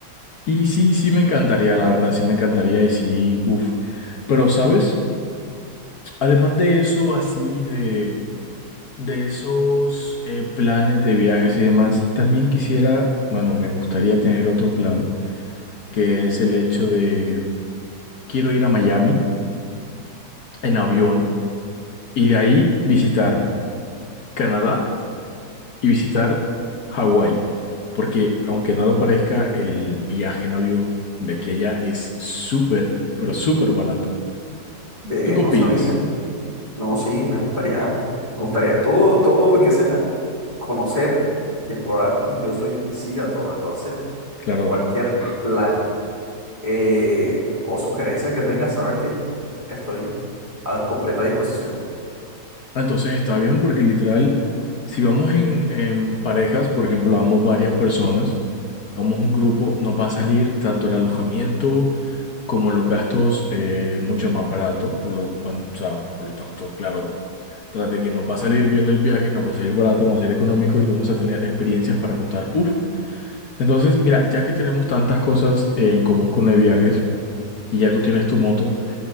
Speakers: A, on the left; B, on the right.
A: Y sí, sí me encantaría, la verdad, sí me encantaría y sí, uff. Pero, ¿sabes? Además de eso, así de, de esos eh, planes de viajes y demás, también quisiera, bueno, me gustaría tener otro plan, que es el hecho de, quiero ir a Miami en avión y de ahí visitar. Canadá y visitar Hawái, porque aunque no lo parezca, el viaje en avión de aquí a allá es súper, pero súper barato.
B: Ve,
A: ¿Tú qué
B: no
A: opinas?
B: sabía. No, sí, me gustaría, me gustaría todo, todo lo que sea conocer y explorar. Yo soy sí a todo, entonces.
A: Claro.
B: cualquier plan eh, o sugerencia que tengas, sabes que estoy a completa disposición.
A: Ah, Entonces está bien porque literal, si vamos en, en parejas, por ejemplo, vamos varias personas, vamos un grupo, nos va a salir tanto el alojamiento, como los gastos eh, mucho más baratos, por lo, cuan- o sea, por lo tanto, claro, tras de que nos va a salir bien el viaje, nos va a salir barato, nos va a salir económico y vamos a tener experiencias para contar. Uf. Entonces, mira, ya que tenemos tantas cosas eh, en común con los viajes y ya tú tienes tu moto,